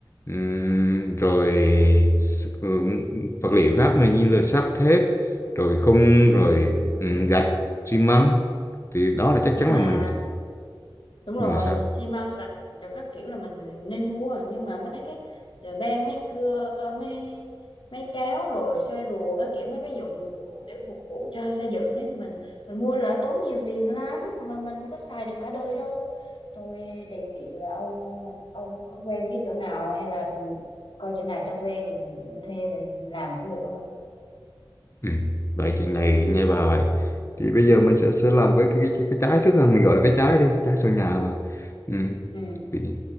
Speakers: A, on the left; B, on the left.
A: Ừm, rồi s- ừ, vật liệu khác này như là sắt thép rồi khung
B: ừ.
A: rồi ừ, gạch xi măng thì đó là chắc
B: nhưng
A: chắn
B: mà
A: là mình
B: đúng
A: nhưng
B: rồi
A: mà sao
B: xi măng gạch rồi các kiểu là mình nên mua rồi. nhưng mà mấy cái chà beng mấy cưa mấy mấy kéo rồi xe rùa các kiểu mấy cái dụng cụ để phục vụ cho xây dựng đấy mình mình mua là tốn nhiều tiền lắm mà mình có xài được cả đời đâu tôi đề nghị là ông ông có quen biết chỗ nào hay là coi chỗ nào cho thuê thì mình, mình thuê về mình làm cũng được không ạ
A: ừ. vậy chuyện này nghe bà vậy thì bây giờ mình sẽ sẽ làm cái cái cái, cái trái trước ha mình gọi là cái trái đi trái sau nhà mà ừ.
B: ừ
A: thì